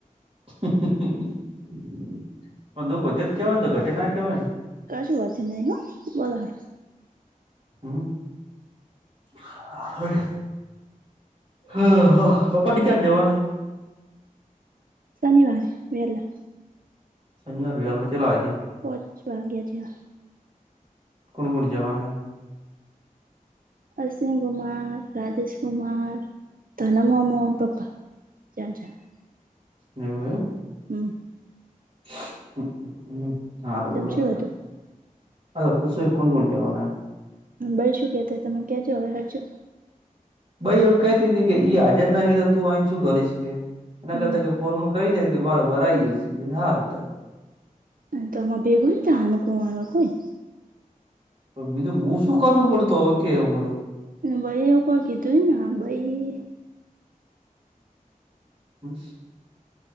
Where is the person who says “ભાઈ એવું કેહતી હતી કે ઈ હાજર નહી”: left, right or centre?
Right